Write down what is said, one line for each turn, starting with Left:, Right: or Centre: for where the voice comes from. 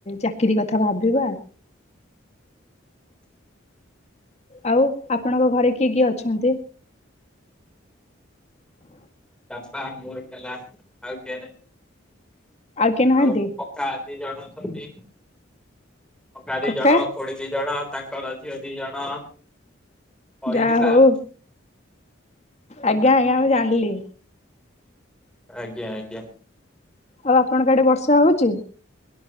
Left: ଚାକିରି କଥା ଭାବିବା। ଆଉ ଆପଣଙ୍କ ଘରେ କିଏ କିଏ ଅଛନ୍ତି।
Centre: ବା ମର କଲା ଆଉ କେ
Left: କିଏ ନାହାନ୍ତି?
Centre: ଆଉ ମୋ ପକ୍କା ଦି ଜଣ ଅଛନ୍ତି। ପକ୍କା ଦି
Left: କକା
Centre: ଜଣ ଖୁଡୀ ଦି ଜଣ। ତାଙ୍କର ଝିଅ ଦି ଜଣ। ଅଏଲି
Left: ଯାହା
Centre: ପାନ୍।
Left: ହଉ ଆଜ୍ଞା ଆଜ୍ଞା ମୁଁ ଜାଣିଲି।
Centre: ଆଜ୍ଞା ଆଜ୍ଞା।
Left: ଆଉ ଆପଣଙ୍କ ଆଡେ ବର୍ଷା ହୋଉଛି।